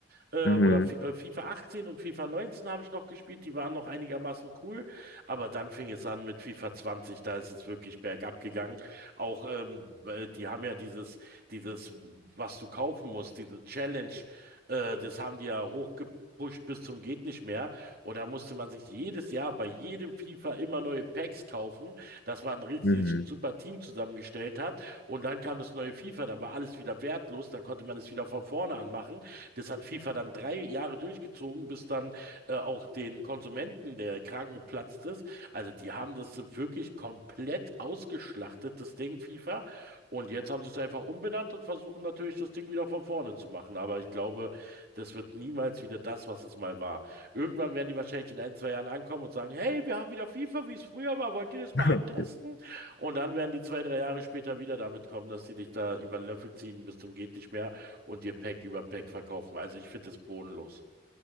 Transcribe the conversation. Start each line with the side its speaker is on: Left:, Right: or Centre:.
Right: äh,
Left: Mhm,
Right: oder F äh, FIFA 18 und FIFA 19 habe ich noch gespielt, die waren noch einigermaßen cool, aber dann fing es an mit FIFA 20, da ist es wirklich bergab gegangen. Auch ähm, weil die haben ja dieses, dieses, was du kaufen musst, diese Challenge, äh, das haben die ja hochgepusht bis zum geht nicht mehr. Und da musste man sich jedes Jahr bei jedem FIFA immer neue Packs kaufen, dass man richtig
Left: mhm.
Right: sich ein super Team zusammengestellt hat. Und dann kam das neue FIFA, dann war alles wieder wertlos, dann konnte man es wieder von vorne anmachen. Das hat FIFA dann drei Jahre durchgezogen, bis dann äh, auch den Konsumenten der Kragen geplatzt ist. Also die haben das wirklich komplett ausgeschlachtet, das Ding FIFA. Und jetzt haben sie es einfach umbenannt und versuchen natürlich das Ding wieder von vorne zu machen. Aber ich glaube, das wird niemals wieder das, was es mal war. Irgendwann werden die wahrscheinlich in ein, zwei Jahren ankommen und sagen, hey, wir haben wieder FIFA, wie es früher war, wollt ihr das mal
Left: <laughs>
Right: antesten? Und dann werden die zwei, drei Jahre später wieder damit kommen, dass sie dich da über den Löffel ziehen bis zum geht nicht mehr und dir Pack über Pack verkaufen. Also ich finde das bodenlos.